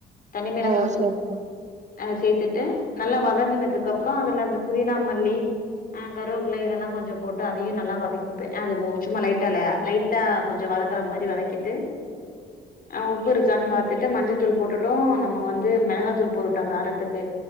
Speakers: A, on the left; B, on the right.
A: தனிமிளக
B: ஓ
A: தூள்
B: சரி சரி
A: அ சேர்த்துட்டு நல்லா வதங்குனதுக்குப்புறம் அதுல அந்த புதினா மல்லி ஆ கருவேப்பிள்ளை இதெல்லாம் கொசம் போட் அதையும் நல்லா வதக்கிப்பேன் அது சும்மா லைட்டா இல்லையா லைட்டா கொஞ்சம் வதக்கற மாரி வதக்கிட்டு ஆஹ் உப்பு இருக்கான்னு பார்த்துட்டு மஞ்சள்த்தூள் போட்டுட்டோம் நம்ம வந்து மிளகாயாத்தூள் போட்டுட்டோம் காரத்துக்கு